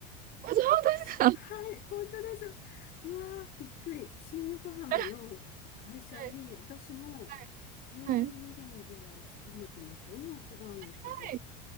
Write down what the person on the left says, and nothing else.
しはい、
本当です。うわー、びっくり。新横浜の会社に私も12年ぐらい勤めてました。
今は違うんですけど。